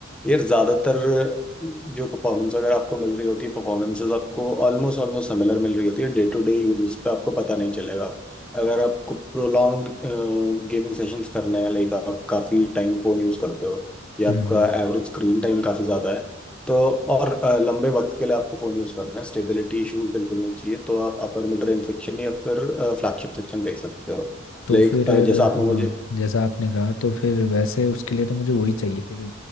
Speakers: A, in the centre; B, on the left.
A: यार ज्यादातर जो परफॉर्मेंस वगैरह आपको मिल रही होती है परफॉर्मेंसेस आपको ऑलमोस्ट ऑलमोस्ट सिमिलर मिल रही होती है डे टू डे यूज पे आपको पता नहीं चलेगा अगर आपको प्रोलॉन्ग गेमिंग सेशंस करने हैं लाइक आप काफ़ी टाइम फ़ोन यूज़ करते हो या
B: हम्म।
A: आपका एवरेज स्क्रीन टाइम काफ़ी ज़्यादा है तो और अ, लंबे वक्त के लिए आपको फ़ोन यूज़ करना है स्टेबिलिटी इश्यूज बिल्कुल नहीं चाहिए तो आप अपर मिड रेंज सेक्शन या फिर फ्लैगशिप सेक्शन देख सकते हो
B: तो
A: लाइक
B: फिर अ,
A: जैसा आपने मुझे
B: हाँ जैसा आपने कहा तो फिर वैसे उसके लिए तो मुझे वही चाहिए फिर